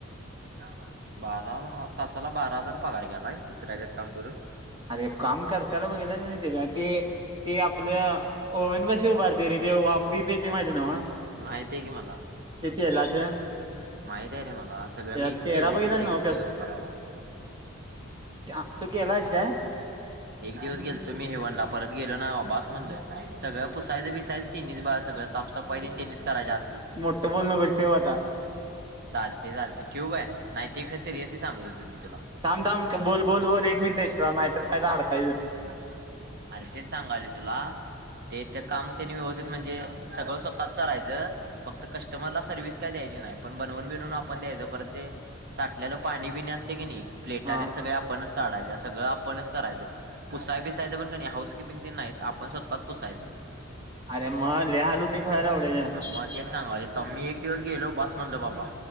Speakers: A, on the right; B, on the right.
A: शाब्बास. बारा ल हा तासाला बारा हजार पगार घ्यायलास कुत्र्यागत काम करून.
B: अरे काम करत्याला बघितलास <unintelligible> तेच्या ते ते आपलं ओव्हन बशी उभारतोय रे देव वाफ बीप येते माहिती न्हव?
A: माहिती आहे की मला.
B: ते तेलाचं.
A: माहित आहे रे मला. सगळं
B: त्याचा
A: मी
B: चेहरा
A: केलंय
B: बघितलाच
A: तिथ
B: नव्ह
A: एक दिवस थांबून.
B: क्या? तू केलायस काय?
A: एक दिवस गेलतो मी हेवनला. परत गेलो नाही बाबा बास म्हणलं. सगळं पुसायचं बिसायच तिनीचं बाळ सगळं साफसफई तिनीच करायची आसतीय.
B: मोठ्ठं बोलू नकोस ठेव आता.
A: चालतंय चालतंय. ठेऊ काय? नाही ते ख सिरियसली सांगत होतो मी तुला.
B: थांब थांब बोल बोल बोल एक मिनिट एक्स्ट्रा नाहीतर काय तर
A: सगळ
B: अडकायचं.
A: सगळ काही राखणार नाही. अरे तेच सांगालोय तुला. ते तर काम तिनं येऊ देत म्हणजे, सगळं स्वतःच करायचं. फक्त कस्टमरला सर्व्हिस काय द्यायची नाही. पण बनवून बिनऊन आपण द्यायच. परत ते साठल्यालं पाणी बिनी असतं की नाही? प्लेटा
B: हा
A: तेन सगळ्या आपणच काढायच्या सगळं आपणच करायचं. पुसाय बिसायंच पण कणी हाऊस किपिंग तेन नाहीत आपण स्वतःच पुसायच.
B: <unintelligible>
A: हा मग तेच सांगालोय. तमी एक दिवस गेलो. बास म्हणल बाबा,